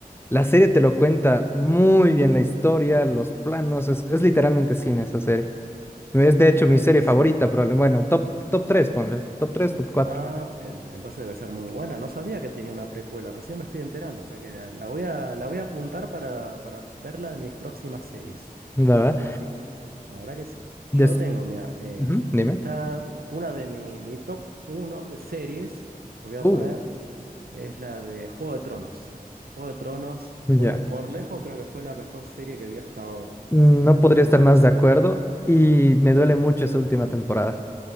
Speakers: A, on the left; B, on the right.
A: la serie te lo cuenta muy bien la historia, los planos, es, es literalmente cine esa serie. Es de hecho
B: mm,
A: mi serie favorita, probablemente. Bueno, top, top tres ponle. Top 3 top cuatro
B: Ah, en- entonces debe ser muy buena. No sabía que tenía una precuela, recién me estoy enterando. O sea que la, la voy a, la voy a apuntar para, para verla en mis próximas series.
A: ¿verdad?
B: Este, sí, la verdad que sí.
A: Des-
B: Yo tengo, mira, eh,
A: Ujú, Dime.
B: está una de mi, mi top uno de series que voy a
A: Uh,
B: poner, es la de Juego de Tronos. Juego de Tronos fue,
A: ya.
B: por lejos, creo que fue la mejor serie que vi hasta ahora.
A: No
B: Eso
A: podría
B: sí,
A: estar
B: es
A: más
B: una,
A: de acuerdo y me duele mucho esa última temporada.